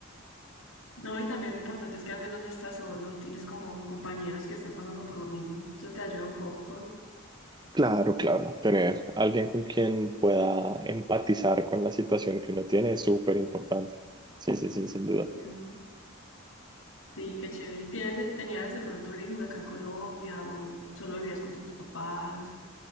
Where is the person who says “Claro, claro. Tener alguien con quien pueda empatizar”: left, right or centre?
Right